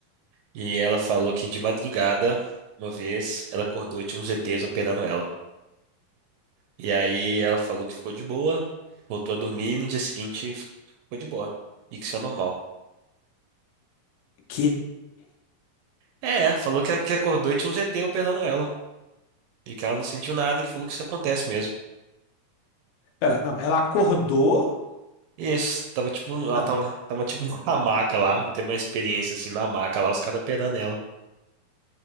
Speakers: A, on the right; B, on the left.
A: e ela falou que de madrugada, uma vez, ela acordou e tinha uns ETs operando ela. E aí ela falou que ficou de boa, voltou a dormir e no dia seguinte ficou de boa. E que isso é normal.
B: Quê?
A: É, falou que, que acordou e tinha um ZT operando ela. E que ela não sentiu nada e que falou que isso acontece mesmo.
B: Pera, não, ela acordou.
A: E Isso, tava tipo, no-
B: Não,
A: ela tava, tava tipo <laughs> na maca lá. Teve uma experiência assim na maca lá, os caras operando ela.